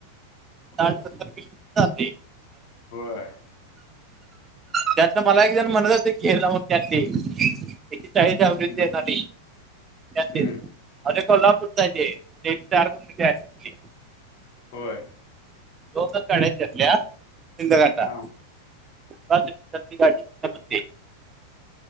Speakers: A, on the right; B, on the left.
A: साठ, सत्तर किलो मीटर जाते.
B: होय.
A: त्यातलं मला एक जण म्हणत होत की हेन होत्यात की इथं आहेत दहावीत
B: हम्म
A: देणारी त्यातील
B: हम्म
A: अरे कोल्हा कुठं जे त्याचे चार गुंठा द्याचे हाईत की.
B: होय.
A: दोनच गाड्या त्यातल्या शिंदे घाटात
B: हां
A: सकाळच्यान तसली गाडी तीथेच होती.